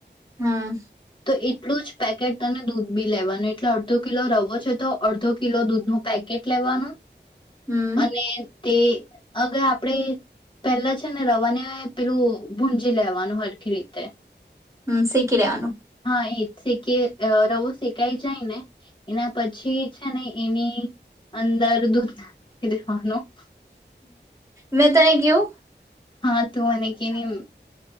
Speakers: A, on the right; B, on the left.
A: હમ
B: તો એટલું જ પેકેટ તને દૂધ બી લેવાનું એટલે અડધો કિલો રવો છે તો અડધો કિલો દૂધનુ પેકેટ લેવાનું
A: હમ
B: અને તે અગર આપણેે પહેલા છે ને રવાની પેલું ભુંજી લેવાનું હરખી રીતે.
A: હમ શેકી લેવાનું.
B: હ એ શેકી અ રવો શેકાઈ જાય ને એના પછી છે ને એની અંદર દૂધ એ હનુંું <unintelligible>
A: મેં તને કેવું.
B: હા તું મને કેવીમ.